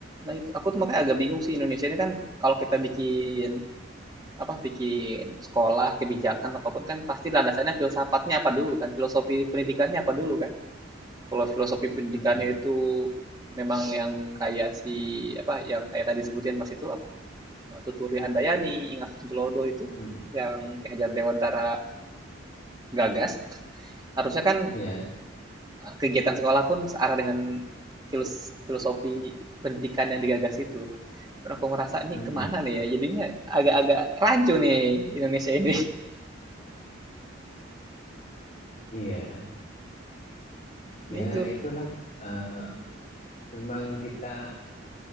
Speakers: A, on the right (about 20°); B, on the left (about 35°).
A: nah itu aku tuh makanya agak bingung sih Indonesia ini kan kalau kita bikin apa bikin sekolah, kebijakan apapun kan pasti landasannya filsafatnya apa dulu kan, filosofi pendidikannya apa dulu kan. Kalau filosofi pendidikannya
B: Mm-mm.
A: itu memang yang kayak si apa yang kayak tadi sebutin Mas itu apa Tuturi Handayani, Ingat Satu Lodo itu
B: Mm-mm.
A: yang Ki Hajar Dewantara gagas, harusnya kan
B: Ya,
A: Kegiatan sekolah pun searah dengan filos- filosofi pendidikan yang digagas itu. Dan aku ngerasa nih
B: Mm-mm.
A: kemana nih ya? Jadinya agak-agak rancu nih Indonesia ini.
B: Iya,
A: <laughs>
B: ya
A: itu.
B: itulah. Eh, memang kita